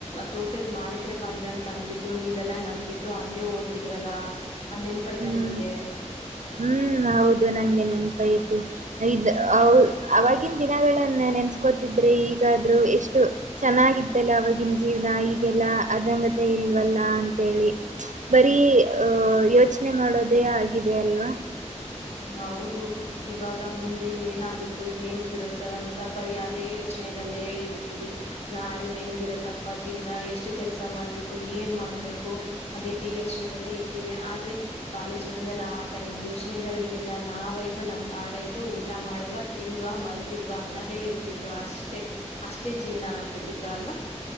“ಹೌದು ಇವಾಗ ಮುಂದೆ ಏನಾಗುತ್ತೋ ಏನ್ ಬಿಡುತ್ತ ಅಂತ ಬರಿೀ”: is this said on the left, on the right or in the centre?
Left